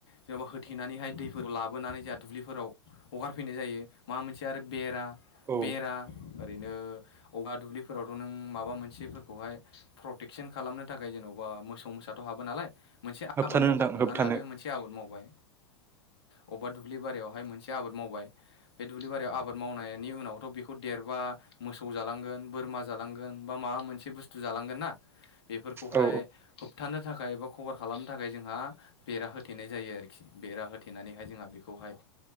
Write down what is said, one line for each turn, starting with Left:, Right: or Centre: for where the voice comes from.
Left: जेनबा होथेनानैहाय दैफोराव लाबोनानै जोंहा दुब्लिफोराव हगारफैनाय जायो माबा मोनसे आरो बेरा
Right: औ
Left: बेरा ओरैनो औहा दुब्लिफोरावथ' नों माबा मोनसेफोरखौहाय प्रटेक क्सन खालामनो थाखाय जेन'बा मोसौ मोसाथ' हाबो नालाय मोनसे
Right: होबथानो
Left: आबाद मावबाय
Right: नोंथां
Left: हमनानै
Right: होबथानो
Left: लादो मोनसे आबाद मावबाय अबेबा दुब्लि बारियावहाय मोनसे आबाद मावबाय बे दुब्लि बारियाव आबाद मावनायनि उनाव थ' बेखौ देरबा मोसौ जालांगोन बोरमा जालांगोन बा माबा मोनसे बुस्थु जालांगोन ना बेफोरखौहाय
Right: औ
Left: होब होबथानो थाखाय एबा कभार खालामनो थाखाय जोंहा बेरा होथेनाय जायो आरोखि बेरा होथेनानैहाय जोंहा बेखौ बहाय